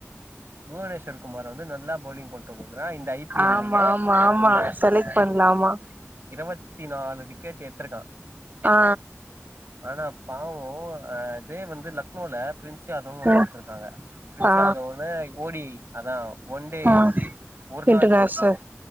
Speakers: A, on the right (about 55°); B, on the right (about 35°).
A: புவனேஸ்வர் குமார் வந்து‌ நல்லா போலிங் போட்டு போய் தான் இந்த ஐ பி எல்
B: ஆமா
A: லயே
B: ஆமா ஆமா
A: இந்த
B: செலக்ட் பண்லாமா
A: இருபத்தி நாலு விக்கெட் ஏட்த் த்திருக்கா
B: ஆ
A: ஆனா பாவோம் ஆஹ் அதே வந் லக்னோல பிரின்ஸ் யாதவ் ஒருத்த
B: ம்
A: எத்துருக்காங்க பிரின்ஸ்
B: ஆ
A: யாதவ்வோட ஓடி அதான் ஒன்டே
B: ஆ
A: ஒரு
B: இன்டர்நேஷனல்
A: நாள் போட்டி